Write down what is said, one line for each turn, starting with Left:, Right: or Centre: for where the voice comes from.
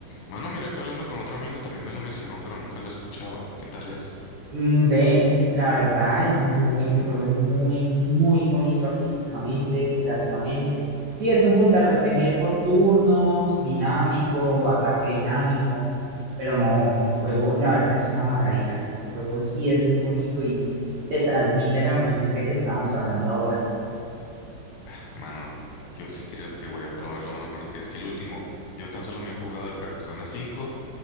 Left: Bueno, mira que hablando con otro amigo también me lo mencionó, pero nunca lo he escuchado. ¿Qué tal es?
Right: Mm, Ve, la verdad es muy, el juego es muy, muy bonito artísticamente, creativamente. Sí, es un JRPG por turnos, dinámico, ataque dinámico, pero no, el juego, la verdad es una maravilla. El juego sí es muy bonito y te transmite la emoción de que estábamos hablando ahora.
Left: Ah, Mano, yo sí creo que voy a probarlo, mano, porque es que el último, yo tan solo me he jugado el Persona 5,